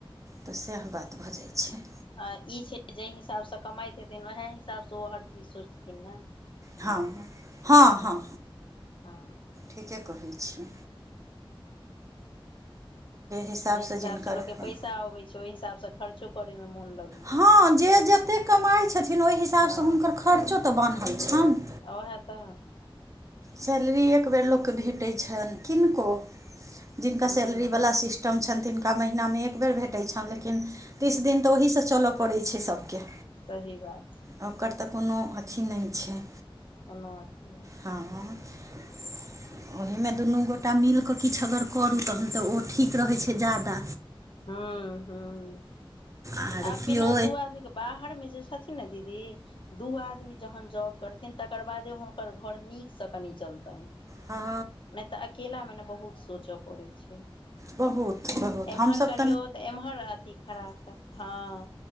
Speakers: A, on the right; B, on the left.
A: तऽ सएह बात भऽ जाइ छै
B: आ ई छै जाहि हिसाब सँ कमाइत हेथिन उएह हिसाब सँ ओ हर चीज सोचथिन न
A: हँ हँ हँ
B: हँ
A: ठीके कहै छिय हिसाबसँ
B: जे हिसाब
A: जिनकर
B: से लोक के
A: अपन
B: पैसा अबै ओहि हिसाब से खर्चो करे मे मन लग
A: हँ जे जते कमाइत छथिन ओहि हिसाब
B: हँ
A: सँ हुनकर खर्चो तऽ बान्हल छन
B: ओहे तऽ
A: सैलरी एक बेर लोक केँ भेटैत छनि किनको जिनका
B: हूँ
A: सैलरी वाला सिस्टम छन तिन हुनका महिना मे एक बेर भेटै छनि लेकिन तीस दिन तऽ ओहिसँ चलय पड़ैत छै सभके
B: सही बात छै
A: आ ओकर तऽ कोनो अथी नय छै
B: कोनो अथी नय
A: <unintelligible>
B: छै
A: ओहे मे दुनू गोटा मिलि क किछु अगर करू तहन त ओ ठीक रहै छै ज्यादा
B: हूँ हूँ
A: आर
B: आब
A: केओ
B: बिना दू आदमी बाहर मे जे छथिन ने दीदी दू आदमी जहन जॉब करथीन तकर बादे हुनकर घर नीक सँ कनि चलतनि
A: हँ
B: नय त अकेला मे ने बहुत सोचय पड़ै छै
A: बहुत बहुत
B: एम्हर
A: हम सब
B: करियौ त एमहर अथी खराब हैत हँ